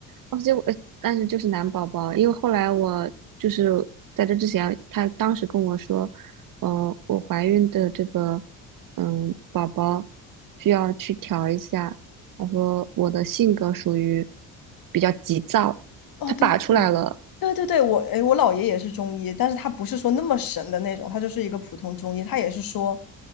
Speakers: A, on the right; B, on the left.
A: 哦，结我，但是就是男宝宝，因为后来我就是在这之前，他当时跟我说，呃，我怀孕的这个嗯宝宝需要去调一下，他说我的性格属于比较急躁，
B: 哦，
A: 他把出来了。
B: 对对对对对对，我哎，我姥爷也是中医，但是他不是说那么神的那种，他就是一个普通中医，他也是说，